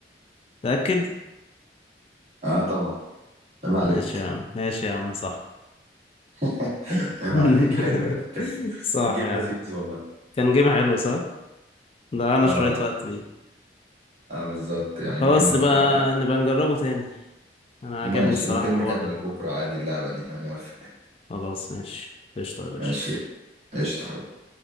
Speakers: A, on the left (about 30°); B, on the right (about 35°).
A: متأكد
B: اه طبعا عيب عليك
A: ماشي يا عم ماشي يا عم صح
B: <laughs>
A: <laughs>
B: عيب عليك حلو يعني كانت
A: صح
B: جيم
A: يا عم
B: لذيذ والله
A: كان جيم حلو صح ضيعنا
B: اه
A: شوية وقت بيه
B: اه بالظبط
A: خلاص
B: يعني ممكن نبقى
A: نبقى نبقى نجربه تاني انا
B: ماشي
A: عجبني الصراحة
B: ممكن
A: الحوار
B: نكمل
A: ده
B: بكرة عادي اللعبة دي انا موافق
A: خلاص ماشي قشطة يا باشا
B: ماشي قشطة حبيبي